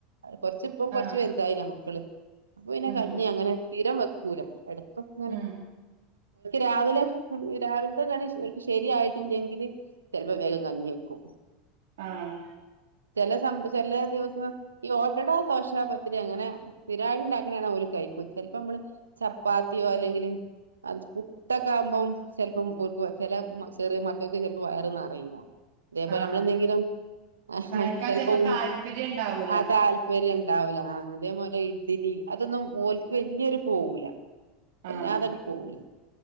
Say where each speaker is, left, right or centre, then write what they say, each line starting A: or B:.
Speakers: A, on the right (about 85°); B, on the right (about 65°).
A: കുറച്ച ഇപ്പം കൊറച്ച്
B: ആഹ്
A: വലുതായില്ല മക്കള് <unintelligible> പിന്നെ
B: ഉം
A: കഞ്ഞി അങ്ങനെ സ്ഥിരം വെക്കൂല എടക്കൊക്കെ ഇങ്ങനെ-
B: ഉം
A: രാവിലെ രാവിലത്തെ കടി ശരിക്കും ശരിയായിട്ടില്ലെങ്കില്- ചെലപ്പോൾ വേഗം കഞ്ഞി വെക്കും.
B: ആഹ്
A: ചില സം ചില ദിവസം ഈ ഓട്ടട, ദോശ, പത്തിരി അങ്ങനെ സ്ഥിരായി ഉണ്ടാക്കണാണ് ഓലു - ചിലപ്പോൾ നമ്മള് ചപ്പാത്തിയോ അല്ലെങ്കിൽ- ഇത്തൊക്കെ ആകുമ്പം ചിലപ്പം ചില ചെറിയ മക്കൾക്ക് ചിലപ്പോ വയർ നിറയില്ല. അതേപോലെ
B: ആഹ്
A: നമ്മള എന്തെങ്കിലും ആ
B: കഴിക്കാൻ
A: ചിലപ്പം
B: ചെലപ്പോ താല്പര്യം ഇണ്ടാവൂല
A: ആ താല്പര്യം- ഉണ്ടാവല ആ അതേപോലെ ഇഡ്ലി അതൊന്നും ഓല്ക്കു വല്ലിയൊരു പോകൂല.
B: ആഹ്
A: അല്ലാതടൂ പോവൂല്ല.